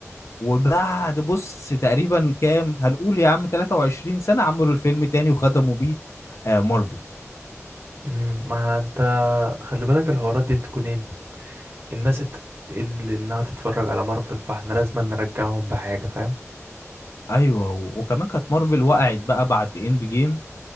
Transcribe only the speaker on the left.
وبعد بص تقريبا كام هنقول يا عم 23 سنة عملوا الفيلم تاني وختموا بيه آه مارفل
أيوه و- وكمان كانت مارفل وقعت بقى بعد إند جيم